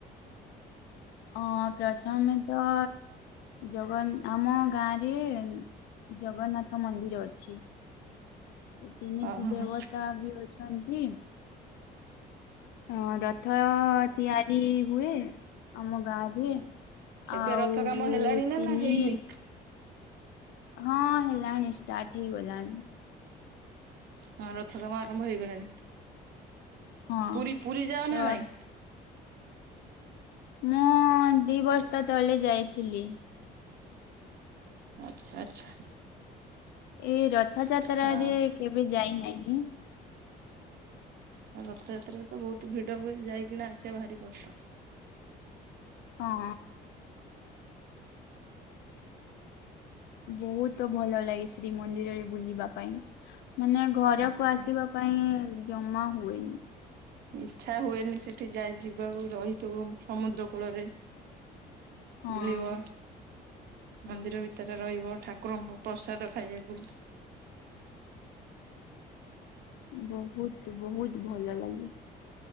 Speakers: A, on the left; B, on the right.
A: ହଁ ପ୍ରଥମେ ତ ଜଗନ ଆମ ଗାଁ ରେ ଜଗନ୍ନାଥ ମନ୍ଦିର ଅଛି। ତିନିଟି
B: ଓହୋ
A: ଦେବତା ବି ଅଛନ୍ତି। ହଁ ରଥ ତିଆରି ହୁଏ ଆମ ଗାଁରେ।
B: ଏବେ
A: ଆଉ
B: ରଥ କାମ ହେଲାଣି ନା
A: ତିନି
B: ନା ହେଇନି?
A: ହଁ ହେଲାଣି ଷ୍ଟାର୍ଟ ହେଇଗଲାଣି।
B: ହଁ ରଥ କାମ ଆରମ୍ଭ ହେଇଗଲାଣି
A: ହଁ।
B: ପୁରୀ ପୁରୀ ଯାଅ
A: ତ
B: ନା ନାଇଁ?
A: ମୁଁ ଦି ବର୍ଷ ତଳେ ଯାଇଥିଲି।
B: ଆଚ୍ଛା ଆଚ୍ଛା।
A: ଏଇ ରଥଯାତ୍ରାରେ
B: ହଁ
A: କେବେ ଯାଇନାହିଁ।
B: ଆଉ ରଥଯାତ୍ରାରେ ତ ବହୁତ୍ ଭିଡ ହୁଏ ଯାଇକିନା ଆସିବା ଭାରି କଷ୍ଟ।
A: ହଁ। ବହୁତ୍ ଭଲ ଲାଗେ ଶ୍ରୀମନ୍ଦିରରେ ବୁଲିବା ପାଇଁ। ମାନେ ଘରକୁ
B: ହଁ
A: ଆସିବା ପାଇଁ ଜମା ହୁଏନି।
B: ଇଚ୍ଛା ହୁଏନି ସେଠି ଯାଇ ଯିବାକୁ ରହିଥିବୁ ସମୁଦ୍ର କୂଳରେ
A: ହଁ।
B: ବୁଲିବ। ମନ୍ଦିର ଭିତରେ ରହିବ ଠାକୁରଙ୍କ ପ୍ରସାଦ ଖାଇବାକୁ।
A: ବହୁତ୍ ବହୁତ୍ ଭଲ ଲାଗେ।